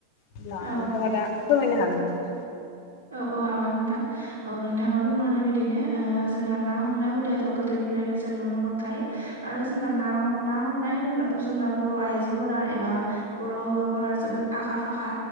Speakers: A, on the left; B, on the right.
A: हब्ला
B: औ
A: नोंथाङा दा फोरमायनो हागोन नामा?
B: औ औ हागोन नोंथां औ नोंथाङा बुंनाय बायदिनो जोंना ना हमनाय हुदायाथ' गोदोनिफ्रायनो जों नुनो मोनखायो आरो जोंना ना ना हमनाय होनोब्लाथ' जोंना बर' आइजोफोरा एबा बर' हौवाफोरा जोबोद आखा फाखा